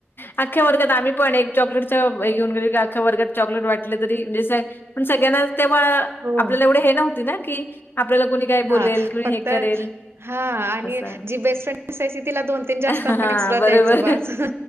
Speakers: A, on the left; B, on the right.
A: अख्या वरगात आम्ही पण एक चॉकलेट हे गेहुन गेलो की अख्या वर्गात चॉकलेट वाटलं तरी म्हणजे असं पण सगळ्यांचा आस तेव्हा
B: हो.
A: आपल्याला येवढे हे न्हवती ना की आपल्याला कोणी काय
B: हा
A: बोलेल, कोणी
B: फक्त
A: हे करेल
B: हा आणि
A: असं.
B: जी बेस्ट फ्रेंड असायची तिला दोन तीन
A: हां,
B: जास्त आपण एक्स्ट्रा
A: बरोबर.
B: द्यायचो बस.